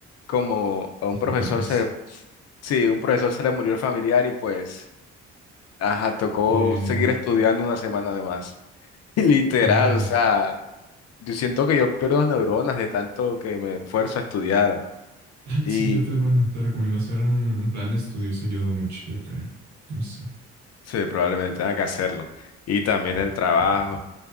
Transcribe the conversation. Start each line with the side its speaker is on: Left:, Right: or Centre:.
Left: como a un
Right: 7
Left: profesor
Right: tres.
Left: se, sí, un profesor se le murió el familiar y pues, ajá, tocó
Right: Que.
Left: seguir estudiando una semana de más. <laughs> Literal,
Right: Ah.
Left: o sea, yo siento que yo pierdo neuronas de tanto que me esfuerzo a estudiar
Right: Ay, sí,
Left: y
Right: yo te, bueno, te recomiendo hacer un, un plan de estudios, ayuda mucho, yo creo. No sé.
Left: sí, probablemente tenga que hacerlo. Y también el trabajo. O